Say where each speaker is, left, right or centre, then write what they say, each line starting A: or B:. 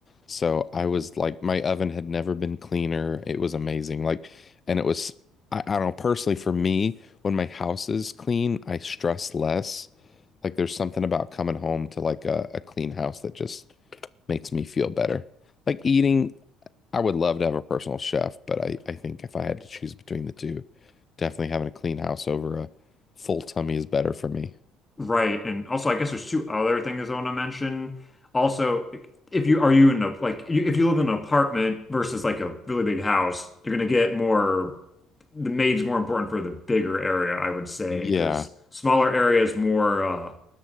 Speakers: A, on the left; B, on the left.
A: So I was like, my oven had never been cleaner. It was amazing. Like, and it was, I, I don't know, personally for me, when my house is clean, I stress less. Like, there's something about coming home to like a, a clean house that just makes me feel better. Like eating I would love to have a personal chef, but I, I think if I had to choose between the two, definitely having a clean house over a full tummy is better for me.
B: Right. And also, I guess there's two other things I want to mention. Also, if you are you in a like you, if you live in an apartment versus like a really big house, you're gonna get more the maid's more important for the bigger area, I would say,
A: Yeah.
B: because smaller areas more uh